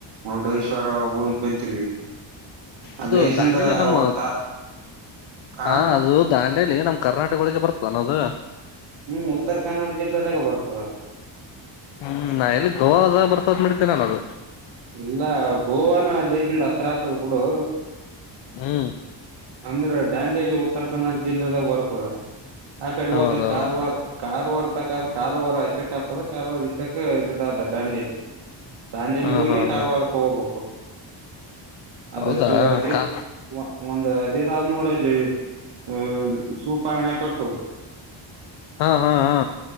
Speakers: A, on the right; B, on the left.
A: ಮುರುಡೇಶ್ವರ ಹೋಗಿ ಬಂತೀವಿ
B: ಅದು
A: ಅಲ್ಲಿಸಿಂದ
B: ದಾಂಡೆಲೆ ನಮ್ಮ
A: ಒಂತ ಆ
B: ಹಾ ಅದು ದಾಂಡೆ ಇಲ್ಲ ನಮ್ ಕರ್ನಾಟಕ ಒಳಗೆ ಬರ್ತದೆ ಅನ್ನ ಅದು
A: ಹ್ಮ್ ಉತ್ತರ ಕನ್ನಡ ಜಿಲ್ಲೆದಾಗ ಬರ್ತದ
B: ಹ್ಮ್ ನಾ ಎಲ್ಲಿ ಗೋವಾ ಹೊ ಬರ್ತದ್ ಮಾಡಿದ್ದೇನೆ ನಾನು ಅದು
A: ಇಲ್ಲ ಗೋವ ನ ದೇಶಿಂದ ಹತ್ರ ಆತದ ಬಿುಡು
B: ಹ್ಮ್
A: ಅಂದ್ರೆ ಡಾಂಡಿಲಿ ಉತ್ತರ ಕನ್ನಡ ಜಿಲ್ಲೆದಾಗ ಬರ್ತದ ಆ ಕಡೆ
B: ಹೌದೌದು
A: ಹೋದ್ರ ಕಾರವಾರ್ ಕಾರವಾರ ಕಾರಾರ ಅಚಕ್ ಆಗ್ತದ ಕಾರ ಇಚಕ್ ಇದದ ದಾಂಡಿಯಲ್ಲಿ ದಾಂಡಿಯಲಿ
B: ಹಾ
A: ಹೋಗಿ
B: ಹಾ ಹಾ
A: ಕಾರವಾರಕ್ಕೆ ಹೋಗಬೇಕು ಅದು
B: ಹೌದಾ
A: ಜ ಅದ
B: ಕಾ
A: ಒಂದ್ ಅದ ಇದಾದ್ ನೋಡಲ್ಲಿ ಅ ಸೂಪ ಎಣೆ ಕಟ್ಟು
B: ಹಾ ಹಾ ಹಾ